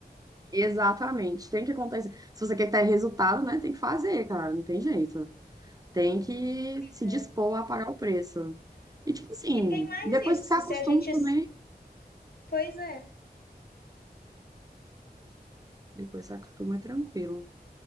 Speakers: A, on the right; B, on the left.
A: Exatamente. Tem que acontecer. Se você quer ter resultado, né? Tem que fazer, cara. Não tem jeito. Tem que
B: Pois
A: se
B: é.
A: dispor a pagar o preço. E, tipo assim,
B: E tem mais
A: depois
B: isso,
A: que você acostuma
B: se a gente.
A: também.
B: Pois é.
A: Depois que você acostuma é tranquilo.